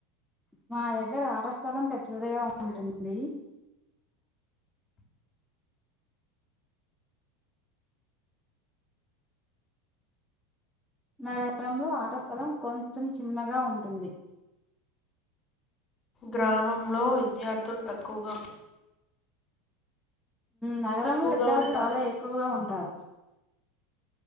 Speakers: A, in the centre; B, on the left (about 30°).
A: మా దగ్గర ఆటస్థలం పెద్దదిగా ఉంటుంది నగరంలో ఆటస్థలం కొంచెం చిన్నగా ఉంటుంది
B: గ్రామంలో విద్యార్థులు తక్కువగా
A: నగరంలో
B: తక్కువగా
A: విద్యార్థులు
B: ఉంటారు.
A: చాలా ఎక్కువగా ఉంటారు